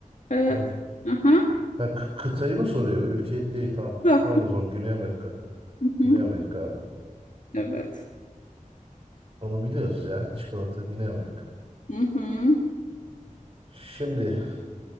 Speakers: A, on the left (about 65°); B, on the right (about 35°).
A: evet.
B: Heh.
A: Aha.
B: Ha, kı- kıtayı mı soruyor? Ülke değil. Tamam.
A: da.
B: Tamam o zaman Güney Amerika.
A: Hı
B: Güney
A: hı.
B: Amerika abi.
A: Evet.
B: Onu biliyoruz ya. Çikolata Güney Amerika.
A: Hı hı.
B: Şimdi